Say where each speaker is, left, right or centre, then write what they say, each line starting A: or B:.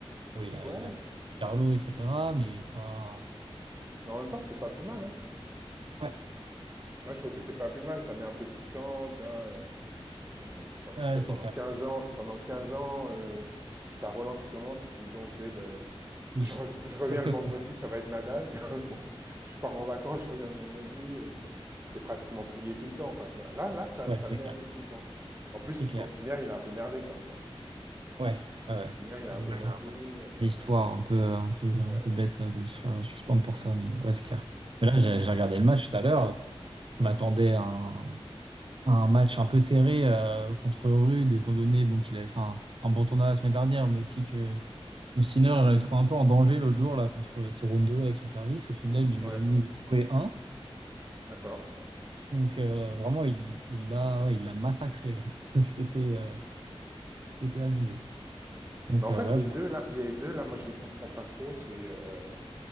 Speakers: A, on the right; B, on the right.
A: bon, il a,
B: ouais,
A: il a pris Carlo, etc., mais pas.
B: mais en même temps, c'est pas plus mal, hein.
A: Ouais,
B: Moi, je trouve que c'est pas plus mal, ça met un peu de piquant, tu vois. euh, euh, pen-
A: ouais,
B: tu sais,
A: c'est
B: pendant
A: clair.
B: 15 ans, pendant 15 ans, euh, t'as Roland qui commence, tu dis, bon, ok, ben,
A: Oui.
B: je, rev- je reviens
A: <laughs>
B: le vendredi, ça va être Nadal. <laughs> tu vois. Bon, je pars en vacances, je reviens le vendredi. euh, c'était pratiquement plié tout le temps, quoi, tu vois. Là, là, ça,
A: Ouais,
B: ça
A: c'est
B: met
A: clair.
B: un peu de piquant, quoi. En plus,
A: C'est
B: si-
A: clair.
B: bon, Sinner, il a un peu merdé, quoi, tu vois.
A: Ouais, ouais, ouais.
B: Sinner, il
A: Ouais,
B: a un
A: oui,
B: peu merdé. euh,
A: l'histoire un peu, un peu, un
B: ouais.
A: peu bête de se faire suspendre pour ça, mais ouais, c'est clair. Mais là, j'ai
B: Ouais,
A: j'ai regardé le match tout à l'heure. Je m'attendais à un, à un match un peu serré euh, contre Rude, étant donné bon, qu'il avait fait un, un bon tournoi la semaine dernière, mais aussi que Sinner l'avait trouvé un peu en danger l'autre jour là, contre Cerrundo avec son service. Au final, il
B: ouais,
A: lui a mis zéro et un
B: d'accord.
A: Donc euh, vraiment, il il l'a ouais, il l'a massacré. <laughs> C'était
B: Mmh,
A: euh, c'était abusé.
B: mmh.
A: Donc
B: Mais en
A: euh,
B: fait,
A: ouais,
B: les
A: bon,
B: 2 là, il y a les 2 là, moi je les comprends pas trop, c'est heu